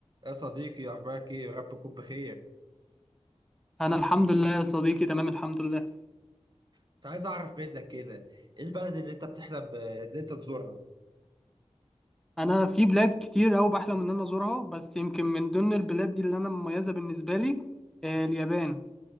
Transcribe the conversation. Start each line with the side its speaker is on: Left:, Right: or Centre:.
Right: يا صديقي أخبارك إيه؟ ربكم بخير،
Centre: انا الحمد لله يا صديقي تمام الحمد لله
Right: كنت عايز أعرف منك كده، إيه البلد اللي أنت بتحلم آه، إن أنت تزورها؟
Centre: انا في بلاد كتير أوي بحلم ان انا ازورها بس يمكن من ضمن البلاد دي اللي انا مميزه بالنسبه لي آه، اليابان